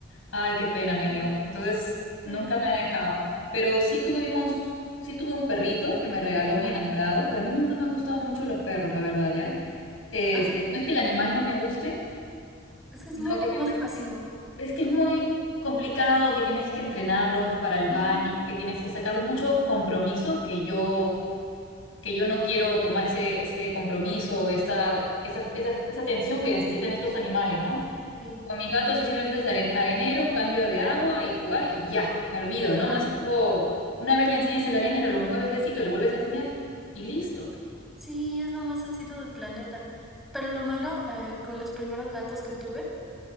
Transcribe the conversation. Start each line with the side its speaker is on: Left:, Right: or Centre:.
Left: Ay, qué pena me
Centre: Ujú,
Left: dio. Entonces,
Centre: Sí.
Left: nunca me ha dejado. Pero sí tuvimos, sí tuve un perrito que me regaló mi
Centre: Ajá,
Left: enamorado, pero a mí nunca me han gustado mucho los perros, la verdad, ¿ya? Este,
Centre: ajá.
Left: no es que el animal no me guste,
Centre: Es que es
Left: sino
Centre: un
Left: que
Centre: poco
Left: me
Centre: más
Left: parece,
Centre: masivo.
Left: es que es muy complicado, que tienes que entrenarlos para el baño,
Centre: Ujú,
Left: que tienes que sacarlos mucho compromiso, que yo, que yo no quiero tomar ese, ese compromiso, esta, esa, esa, esa atención que necesitan estos animales, ¿no?
Centre: Sí.
Left: Con mis gatos sí simplemente es are- arenero, cambio de agua y jugar y ya, me olvido, ¿no?
Centre: Ajá.
Left: No es algo, una vez le enseñas el arenero, lo mueves de sitio, le vuelves a enseñar y listo.
Centre: Sí, es lo más sencillo del planeta. Pero lo malo, eh, con los primeros gatos que tuve,